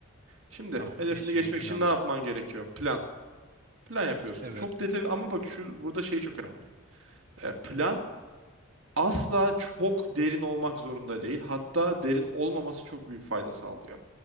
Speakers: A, on the right; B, on the right.
A: Şimdi
B: tamam
A: hedefini
B: geçmeyi
A: geçmek
B: planladım.
A: için ne yapman gerekiyor? Plan. Plan yapıyorsun.
B: Evet
A: Çok detay ama bak şu burada şey çok önemli. Eee, plan asla çok derin olmak zorunda değil. Hatta derin olmaması çok büyük fayda sağlıyor.